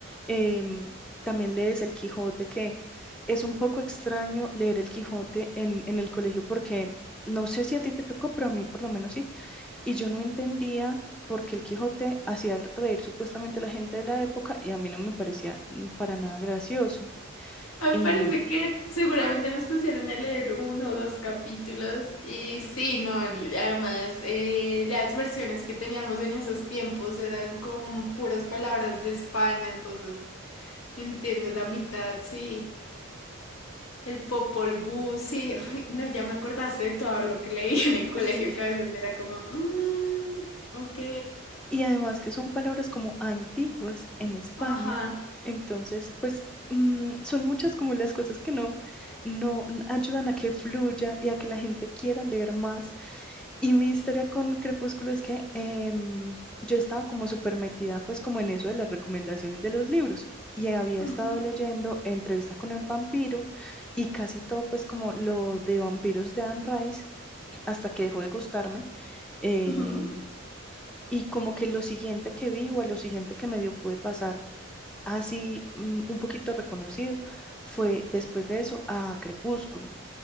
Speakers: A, in the centre; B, on the left (about 85°).
A: Em, también lees el Quijote, que es un poco extraño leer el Quijote en, en el colegio porque no sé si a ti te tocó, pero a mí por lo menos sí. Y yo no entendía por qué el Quijote hacía reír supuestamente a la gente de la época y a mí no me parecía mm, para nada gracioso.
B: Me
A: Y
B: parece que seguramente nos pusieron a leer uno o dos capítulos y sí, no, además eh, las versiones que teníamos en esos tiempos eran con puras palabras de España, entonces entiendes la mitad, sí, el Popol Vuh, sí, ay, no, ya me acordaste de todo lo que leí <laughs> en el colegio,
A: <laughs>
B: que
A: sí.
B: a veces era como, mmm, ok,
A: Y además que son palabras como antiguas en España.
B: ajá,
A: Entonces, pues mm, son muchas como las cosas que no, no n- ayudan a que fluya y a que la gente quiera leer más. Y mi historia con Crepúsculo es que em, yo estaba como súper metida pues como en eso de las recomendaciones de los libros. Y había
B: ujú,
A: estado leyendo Entrevista con el vampiro y casi todo pues como lo de vampiros de Anne Rice hasta que dejó de gustarme. em,
B: ujú,
A: y como que lo siguiente que vi o a lo siguiente que medio pude pasar así mm, un poquito reconocido fue después de eso a Crepúsculo.